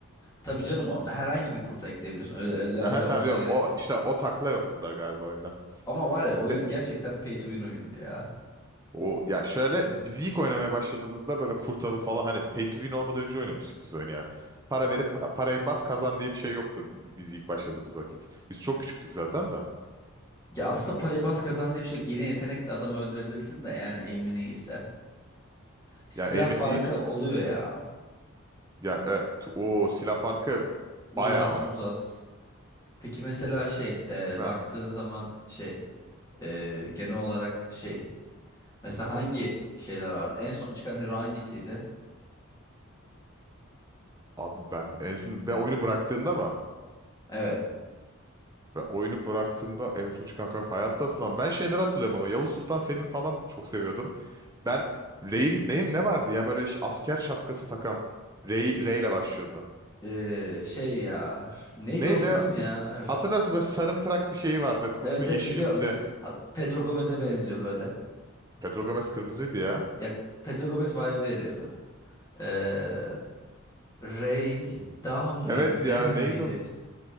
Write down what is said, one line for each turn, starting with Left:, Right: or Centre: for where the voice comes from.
Left: Tabii canım o herhangi bir kurta ekleyebiliyorsun. Öyle, öyle lazım
Right: Aha, tamam
Left: olmasına
Right: ya
Left: gerek
Right: o
Left: yok.
Right: işte o takla yoktu da galiba oyunda.
Left: Ama var ya oyun
Right: Ve
Left: gerçekten pay to win oyundu ya.
Right: o ya şöyle biz ilk oynamaya başladığımızda böyle kurt avı falan hani pay to win olmadan önce oynamıştık biz oyunu yani. Para verip parayı bas kazan diye bir şey yoktu biz ilk başladığımız vakit. Biz çok küçüktük zaten da.
Left: Ya aslında parayı bas kazan diye bir şey yok. Yine yetenekle adamı öldürebilirsin de yani aim'in iyiyse. Silah
Right: Ya Aim'in
Left: farkı
Right: it
Left: oluyor ya.
Right: ya evet, o silah farkı
Left: Uzas
Right: bayağı vardı.
Left: muzas. Peki mesela şey e,
Right: Ha
Left: baktığın zaman şey e, genel olarak şey Mesela hangi şeyler vardı? En son çıkan hero hangisiydi?
Right: abi ben en son ben oyunu bıraktığımda mı?
Left: Evet.
Right: Ben oyunu bıraktığımda en son çıkan karakter hayatta hatırlamam. Ben şeyleri hatırlıyorum ama Yavuz Sultan Selim falan çok seviyordum. Ben Rey'in neyim ne vardı ya böyle ş- asker şapkası takan Rey Rey ile başlıyordu.
Left: Ee, şey ya. Neydi
Right: Neydi?
Left: onun ismi
Right: Bir-
Left: ya?
Right: Hatırlarsın böyle sarımtırak bir şeyi vardı. Kurtu
Left: Evet
Right: yeşilimsi.
Left: evet biliyorum. Ha- Pedro Gomez'e benziyor böyle.
Right: Pedro Gomez kırmızıydı ya.
Left: Ya Pedro Gomez vibe veriyordu. Ee, Ray Dahm mıydı?
Right: Evet ya
Left: Dehem
Right: neydi
Left: miydi?
Right: onun ismi?